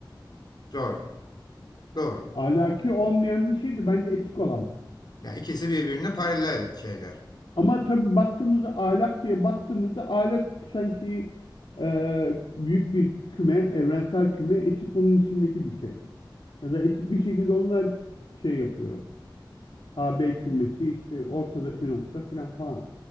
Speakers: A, on the left; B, on the left.
A: Doğru. Doğru.
B: Ahlaki olmayan bir şey de bence etik olamaz.
A: Ya ikisi birbirine paralel şeyler.
B: Ama tabii baktığımızda ahlak diye baktığımızda ahlak sanki e, büyük bir küme, evrensel küme, etik onun içindeki bir şey. Ya da etik bir şekilde onunla şey yapıyor. A, B kümesi işte ortadaki nokta filan falan.